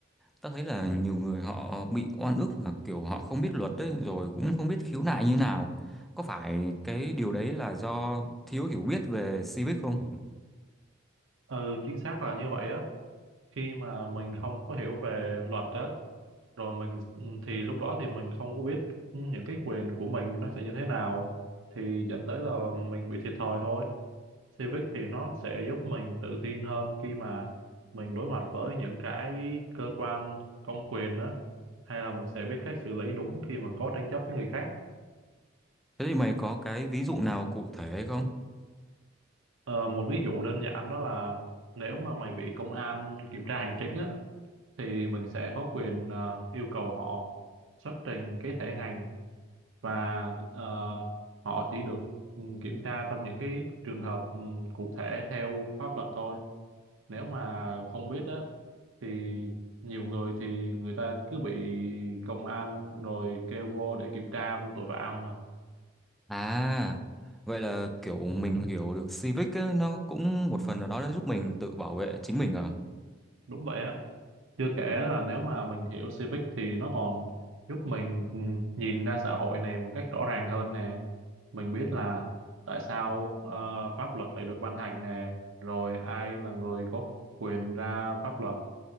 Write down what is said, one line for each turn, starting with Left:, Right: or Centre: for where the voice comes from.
Centre: ta thấy là nhiều người họ bị oan ức và kiểu họ không biết luật đấy rồi cũng không biết khiếu nại như nào có phải cái điều đấy là do thiếu hiểu biết về civic không
Right: Ừ, chính xác là như vậy á. Khi mà mình không có hiểu về luật á, rồi mình ừ, thì lúc đó thì mình không có biết ừ, những cái quyền của mình nó sẽ như thế nào thì dẫn tới là mình bị thiệt thòi thôi. Civic thì nó sẽ giúp mình tự tin hơn khi mà mình đối mặt với những cái cơ quan công quyền đó hay là mình sẽ biết cách xử lý đúng khi mà có tranh chấp với người khác
Centre: thế thì mày có cái ví dụ nào cụ thể không
Right: Ờ, một ví dụ đơn giản đó là nếu mà mày bị công an kiểm tra hành chính á thì mình sẽ có quyền ờ, yêu cầu họ xuất trình cái thẻ ngành và ờ, họ chỉ được ừ, kiểm tra trong những cái trường hợp ừ, cụ thể theo pháp luật thôi nếu mà không biết á thì nhiều người thì người ta cứ bị công an rồi kêu vô để kiểm tra vô tội vạ ông mà
Centre: à vậy là kiểu mình hiểu được civic ấy, nó cũng một phần nào đó nó giúp mình tự bảo vệ chính mình à
Right: đúng vậy á chưa kể là nếu mà mình hiểu Civic thì nó còn giúp mình ừ, nhìn ra xã hội này một cách rõ ràng hơn nè mình biết là tại sao ờ, pháp luật lại được ban hành nè rồi ai là người có quyền ra pháp luật